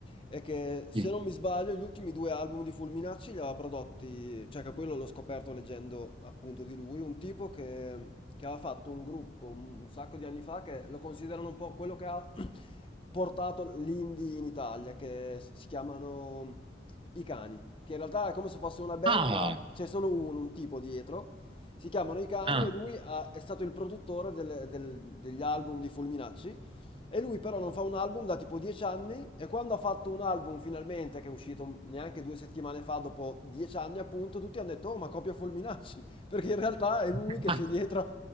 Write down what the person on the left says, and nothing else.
è che se
non mi sbaglio gli ultimi due album di Fulminacci li aveva prodotti, cioè che poi l'ho l'ho scoperto leggendo appunto di lui, un tipo che, che aveva fatto un gruppo un, un sacco di anni fa che lo considerano un po' quello che ha <clears throat> portato l'indie in Italia, che si chiamano I Cani, che in realtà è come se fosse una band
ma
c'è solo uno, un tipo dietro. Si chiamano I Cani
e lui ha- è stato il produttore delle- del- degli album di Fulminacci e lui però non fa un album da tipo 10 anni e quando ha fatto un album finalmente, che è uscito neanche due settimane fa, dopo 10 anni appunto, tutti hanno detto, oh ma copia Fulminacci, <laughs> perché in realtà è lui
che c'è dietro.